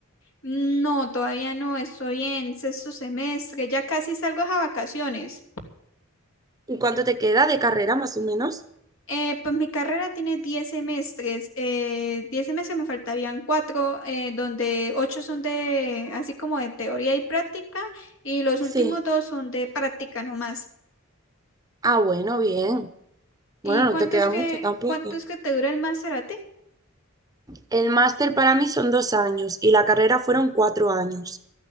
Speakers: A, on the left; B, on the right.
A: No, todavía no, estoy en sexto semestre, ya casi salgo a vacaciones.
B: ¿Y cuánto te queda de carrera más o menos?
A: Eh, pues mi carrera tiene 10 semestres. Eh, 10 semestres me faltarían 4, donde 8 son de, así como de teoría y práctica, y los últimos
B: Sí.
A: dos son de práctica nomás.
B: Ah, bueno, bien.
A: ¿Y
B: Bueno, no
A: cuánto
B: te queda
A: es que,
B: mucho tampoco.
A: cuánto es que te dura el máster a ti?
B: El máster para mí son dos años y la carrera fueron cuatro años.